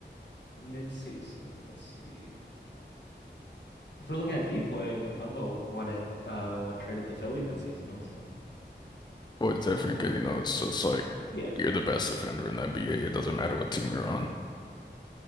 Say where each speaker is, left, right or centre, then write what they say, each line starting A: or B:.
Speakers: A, on the left; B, on the left.
A: Mid-season. Let's see. If we're looking at Depoy, Mutombo won it uh when traded to Philly mid-season also.
B: Well, it's
A: Um,
B: different because you know it's just like
A: Yeah,
B: you're the best defender in the NBA. It doesn't matter what team you're on.